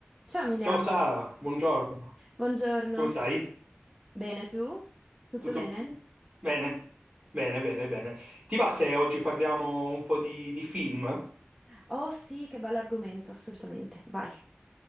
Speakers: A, in the centre; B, on the right.
A: Ciao Emiliano,
B: Ciao Sara, buongiorno.
A: buongiorno.
B: Come stai?
A: Bene tu? Tutto
B: Tutto
A: bene?
B: bene? Bene, bene, bene. Ti va se oggi parliamo un po' di, di film?
A: Oh sì, che bello argomento, assolutamente. Vai.